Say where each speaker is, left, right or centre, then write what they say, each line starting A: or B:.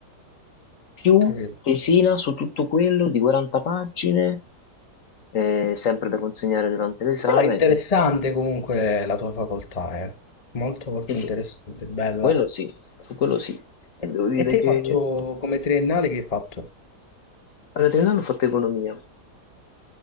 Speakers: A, on the left (about 55°); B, on the left (about 30°).
A: più
B: ho capito.
A: tesina su tutto quello di 40 pagine, eh, sempre da consegnare durante l'esame.
B: Però è interessante comunque la tua facoltà, eh. Molto molto
A: Sì, sì,
B: interessante, bella.
A: quello sì, su quello sì. Devo
B: E,
A: dire
B: e te hai
A: che
B: fatto come triennale che hai fatto?
A: Ad Adriano ho fatto economia,